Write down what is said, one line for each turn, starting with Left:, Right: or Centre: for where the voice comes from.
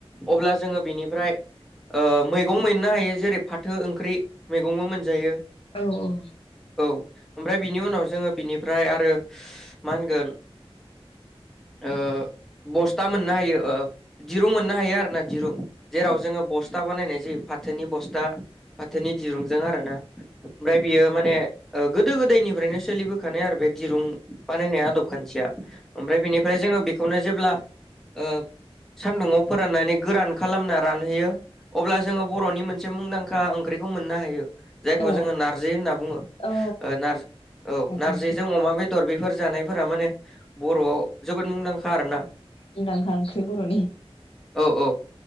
Centre: अब्ला जोङो बिनिफ्राय ओ मैगं मोननो हायो जेरै फाथो ओंख्रि मैगंबो मोनजायो।
Left: औ औ
Centre: औ ओमफ्राय बिनि उनाव जोङो बिनिफ्राय आरो मा होनगोन ओ बस्था मोननो हायो दिरुं मोननो हायो आरोना दिरुं जेराव जोङो बस्था बानायनाय जायो फाथोनि बस्था फाथोनि दिरुंजों आरो ना बियो माने गोदो गोदायनिफ्रायनो सोलि <unintelligible> आरो बे दिरुं बानायनाया आदब खान्थिया ओमफ्राय बेनिफ्राय जोङो बेखौनो जेब्ला ओ सान्दुंङाव फोराननानै गोरान खालामना रानहोयो अब्ला जोङो बर'नि मोनसे मुंदांखा ओंख्रिखौ मोननो हायो जे
Left: औ
Centre: जोंङो
Left: औ
Centre: नारजि होनना बुङो ओ
Left: औ
Centre: नारजि
Left: नारजि
Centre: नारजिजों
Left: ओंख्रि
Centre: अमा बे दर बेफोर जानायफोरा माने बर'आव जोबोद मुंदांखा आरो ना
Left: मुंदांखा ओंख्रि बर'नि
Centre: औ औ